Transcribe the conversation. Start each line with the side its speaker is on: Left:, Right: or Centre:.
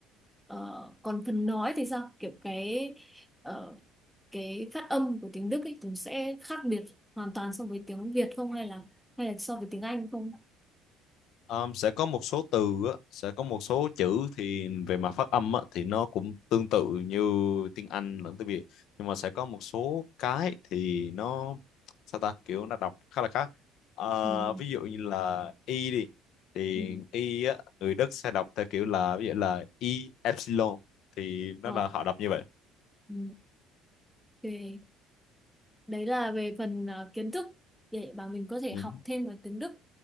Centre: Ờ, còn phần nói thì sao? Kiểu cái ờ, cái phát âm của tiếng Đức ấy cũng sẽ khác biệt hoàn toàn so với tiếng Việt không hay là hay là so với tiếng Anh không?
Left: Ờ, sẽ có một số từ á, sẽ có một số chữ thì về mặt phát âm á, thì nó cũng tương tự như tiếng Anh lẫn tiếng Việt nhưng mà sẽ có một số cái thì nó sao ta kiểu nó đọc khá là khác Ờ,
Centre: Ừ.
Left: ví dụ như là y đi thì
Centre: Ừ.
Left: y á, người Đức sẽ đọc theo kiểu là ví dụ là y epsilon thì nó
Centre: Ờ,
Left: là họ đọc như vậy
Centre: ừ. ok. Đấy là về phần ờ, kiến thức để mà mình có thể
Left: ừ.
Centre: học thêm ở tiếng Đức.